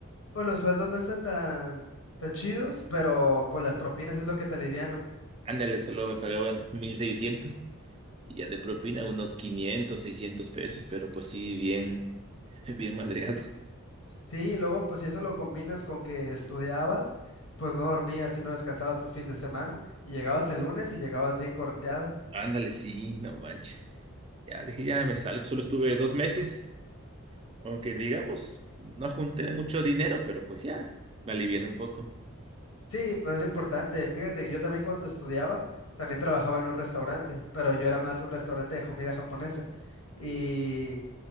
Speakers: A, on the left; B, on the right.
A: pues los sueldos no están tan, tan chidos, pero pues las propinas es lo que te aliviano.
B: Ándale, solo me pagaban 1600 y ya de propina unos quinientos seiscientos pesos, pero pues sí, bien. <laughs> Bien madreado.
A: Sí, y luego pues si eso lo combinas con que estudiabas, pues no dormías y no descansabas tu fin de semana y llegabas el lunes y llegabas bien correteado.
B: Ándale, sí, no manches. Ya dije, ya me salgo. Solo estuve dos meses, aunque digamos, no junté mucho dinero, pero pues ya, me alivié un poco.
A: Sí, pues es lo importante. Fíjate que yo también cuando estudiaba, también trabajaba en un restaurante, pero yo era más un restaurante de comida japonesa. y